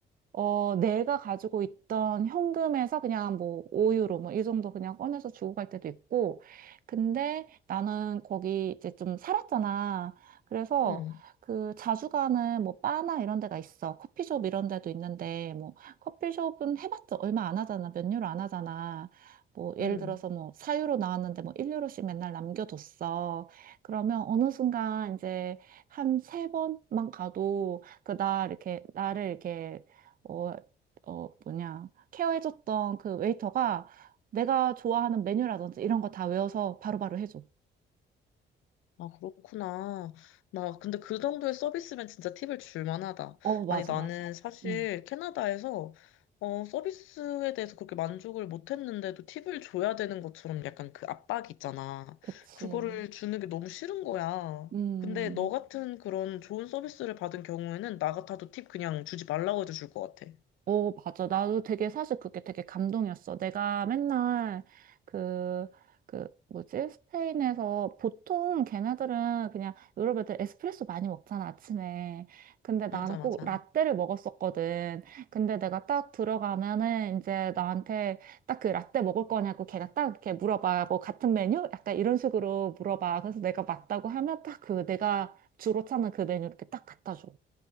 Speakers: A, on the right; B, on the left.
A: 어 내가 가지고 있던 현금에서 그냥 뭐 5유로 뭐 이 정도 그냥 꺼내서 주고 갈 때도 있고. 근데 나는 거기 이제 좀 살았잖아. 그래서
B: 응,
A: 그 자주 가는 뭐 바나 이런 데가 있어. 커피숍 이런 데도 있는데 뭐 커피숍은 해봤자 얼마 안 하잖아. 몇 유로 안 하잖아. 뭐 예를
B: 응.
A: 들어서 뭐 4유로 나왔는데 뭐 1유로씩 맨날 남겨뒀어. 그러면 어느 순간 이제 한 세 번만 가도 그 나 이렇게 나를 이렇게 어, 어 뭐냐 케어해줬던 그 웨이터가 내가 좋아하는 메뉴라든지 이런 거 다 외워서 바로바로 해줘.
B: 아, 그렇구나. 나, 근데 그 정도의 서비스면 진짜 팁을 줄 만하다.
A: 어 맞아
B: 아니, 나는
A: 맞아.
B: 사실
A: 응
B: 캐나다에서, 어, 서비스에 대해서 그렇게 만족을 못 했는데도 팁을 줘야 되는 것처럼 약간 그 압박이 있잖아.
A: 그치.
B: 그거를 주는 게 너무 싫은 거야.
A: 음.
B: 근데 너 같은 그런 좋은 서비스를 받은 경우에는 나 같아도 팁 그냥 주지 말라고 해도 줄 것 같아.
A: 어, 맞아. 나도 되게 사실 그게 되게 감동이었어. 내가 맨날 그, 그, 뭐지? 스페인에서 보통 걔네들은 그냥 유럽 애들 에스프레소 많이 먹잖아, 아침에. 근데 나는
B: 맞아, 맞아.
A: 꼭 라떼를 먹었었거든. 근데 내가 딱 들어가면은 이제 나한테 딱 그 라떼 먹을 거냐고 걔가 딱 이렇게 물어봐. 뭐 같은 메뉴? 약간 이런 식으로 물어봐. 그래서 내가 맞다고 하면 딱 그 내가 주로 찾는 그 메뉴 이렇게 딱 갖다 줘.